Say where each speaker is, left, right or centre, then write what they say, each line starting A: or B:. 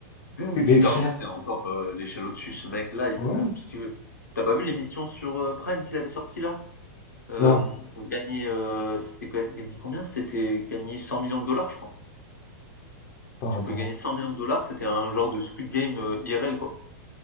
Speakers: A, on the left; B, on the left.
A: mister
B: Mes frères.
A: Beast, c'est encore, heu, l'échelle au-dessus. Ce mec-là, il
B: Ouais.
A: peut faire tout ce qu'il veut. T'as pas vu l'émission sur, heu, Prime qu'il avait sortie là? Hem,
B: Non,
A: pour gagner, heu, c'était ga gagner combien? C'était gagner 100 de dollars, je crois.
B: pardon.
A: Tu pouvais gagner 100 de dollars c'était un genre de Squid Game, heu, IRL, quoi,